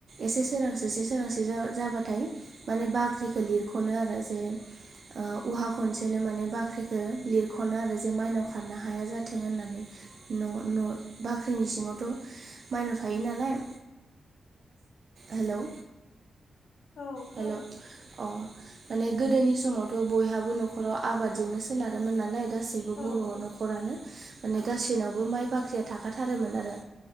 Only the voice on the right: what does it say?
एसे सोरांसोसै सोरांस्रि जाबाथाय माने बाख्रिखौ लिरख'नो आरो जे उहा खनसेनो माने बाख्रिखौ लिरख'नो आरो जे माइनाव खारनो हाया जाथों होननानै न' न' बाख्रिनि सिङावथ' माइनाव थायो नालाय हेलौ
हेलौ अ माने गोदोनि समावथ' बयहाबो न'खराव आबादजोंनो सोनारोमोन नालाय गासैबो
बर'
न'खरानो माने गासैनावबो माइ बाख्रिया थाखाथारोमोन आरो